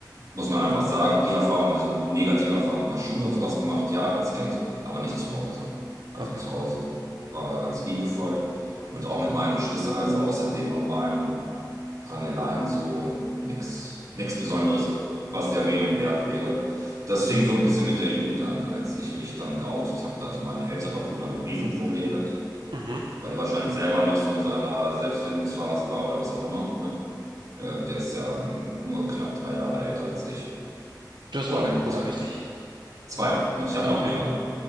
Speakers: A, on the right; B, on the right.
A: Muss man einfach sagen, die Erfahrung, also negative Erfahrungen in der Schule und sowas gemacht, ja, als Kind, aber nicht zu Hause. Also
B: okay.
A: zu Hause war ganz liebevoll und auch mit meinen Geschwistern, also außer dem normalen Rangeleien, so nichts nichts Besonderes, was der Erwähnung wert wäre. Das fing so ein bisschen mit der Jugend an, als ich mich dann geoutet habe. Da hatte mein älterer Bruder ein Riesenproblem mit,
B: Mhm.
A: weil er wahrscheinlich selber noch so in seiner Selbstfindungsphase war oder was auch immer. Ne? Äh, der ist ja ähm, nur knapp drei Jahre älter als ich.
B: Du hast
A: Und
B: nur einen Bruder, richtig?
A: zwei, ich habe
B: Ah,
A: noch
B: Okay.
A: einen jüngeren.